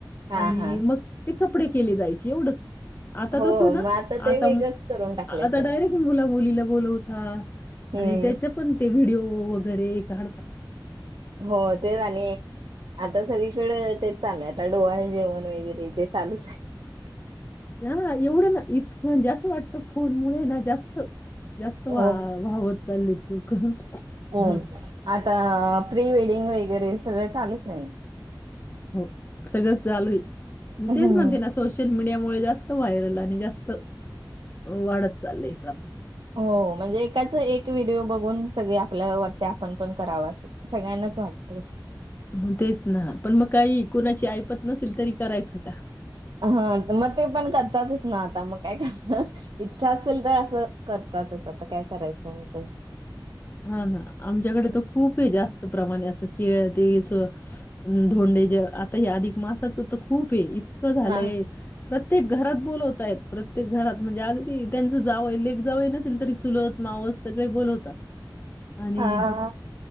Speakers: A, on the right; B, on the left.
A: हा
B: आणि
A: हा
B: मग कपडे केले जायचे एवढंच. आता
A: हो
B: तस ना
A: मग ते
B: आता
A: वेगळंच करून टाकलंय
B: आता
A: सगळं
B: डायरेक्ट मुला मुलीला बोलवतात
A: हम्म
B: आणि त्याच पण ते व्हिडिओ वगर <unintelligible>
A: हो, तेच आणि आता सगळीकड ते चालय आता डोवाळे जेवण वगैरे ते चालूच आहे.
B: हा एवढं ना, इत जास्त वाटतं फोन मुळे ना जास्त जास्त वा
A: हो
B: वा्हावत चाललीत
A: हो
B: <unintelligible> ह.
A: आता प्री वेडिंग वगैरे सगळं चालूच आहे.
B: हो सगळंच झालंय.
A: हम्म
B: मी तेेच म्हंणते, ना सोशल मीडिया होय जास्त व्हायरल आणि जास्त, वाढत चालय.
A: हो म्हणजे, एकाच एक व्हिडिओ बघून सगळ्या आपल्या वाटत आपण पण कराव असं‌ सगळ्यांनाच वाटतेस.
B: मग तेच ना पण मग काही, कुणाची ऐपत नसेल, तरी करायचं का?
A: हा, मग ते पण करतातच ना आता मग काय करणार. च्छा असेल, तर असं करतातच आता काय करायचंय <unintelligible>
B: हा, ना आमच्याकडे तर खूप हे जास्त. प्रमाणे केळ ते, धोंडे ज आता हे अधिक मासाचं तर खूप हे. झालंय
A: हा.
B: प्रत्य प्रत्येक घरात बोलवतयत, प्रत्येक घरात म्हणजे, अगदी त्यांचं जावंय लेक जावं नसेल तरी चुलत मावस सगळे बोलवतात. आणि.
A: हा.